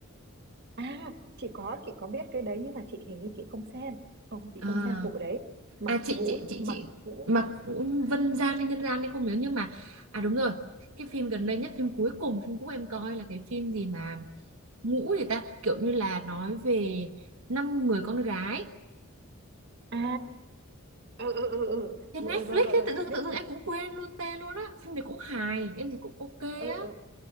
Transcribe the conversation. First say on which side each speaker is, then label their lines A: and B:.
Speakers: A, on the right (about 50°); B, on the right (about 75°).
A: à chị có chị có biết cái đấy nhưng mà chị hình như chị không xem không chị
B: à,
A: không xem bộ đấy Mặc
B: à chị
A: Vũ
B: chị chị
A: Mặc
B: chị
A: Vũ
B: Mặc Vũ Vân Gian hay Nhân Gian thì không nhớ nhưng mà à đúng rồi cái phim gần đây nhất phim cuối cùng phim cũ em coi là cái phim gì mà ngũ gì ta kiểu như là nói về năm người con gái
A: à ừ ừ ừ ừ
B: trên
A: Ừ,
B: Netflix
A: rồi rồi
B: ấy
A: rồi
B: tự dưng
A: chị biết
B: tự dưng
A: phim
B: em cũng quên luôn tên luôn á phim này cũng hài em thấy cũng ok
A: ừ
B: á
A: ừ